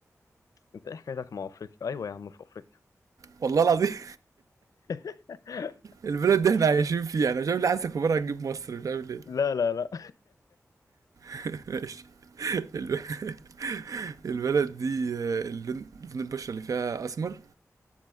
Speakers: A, on the left; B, on the right.
A: انت ايه حكايتك مع افريقيا ايوه يا عم في افريقيا
B: والله العظيم
A: <laughs>
B: البلد دي احنا عايشين فيها انا مش عارف ليه حاسسك بره هتجيب مصر مش عارف ليه
A: لا لا لا
B: <laughs> ماشي الب- <laughs> البلد دي آه، اللون لون البشرة اللي فيها أسمر